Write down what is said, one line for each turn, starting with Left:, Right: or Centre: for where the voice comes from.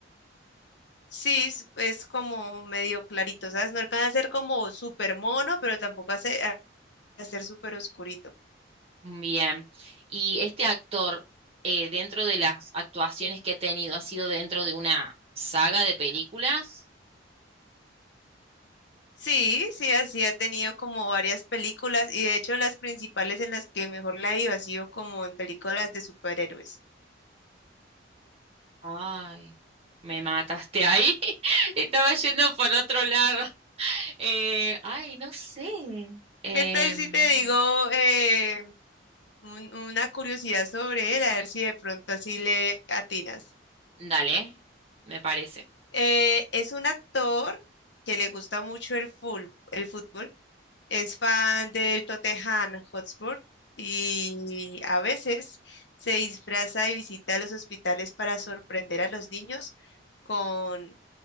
Left: Sí, es, es como medio clarito, ¿sabes? No alcanza a ser como súper mono, pero tampoco hace, a a ser súper oscurito.
Right: Bien. ¿Y este actor, eh, dentro de las actuaciones que ha tenido, ha sido dentro de una saga de películas?
Left: Sí, sí, así ha tenido como varias películas y de hecho las principales en las que mejor la ha ido ha sido como en películas de superhéroes.
Right: Ay, me mataste ahí. <laughs> Estaba yendo por otro lado. <laughs> Eh, ay, no sé. Em,
Left: ¿Qué tal si te digo eh, un- una curiosidad sobre él? A ver si de pronto así le atinas.
Right: dale, me parece.
Left: Eh, es un actor que le gusta mucho el, ful- el fútbol, es fan del Tottenham Hotspur y a veces se disfraza y visita los hospitales para sorprender a los niños con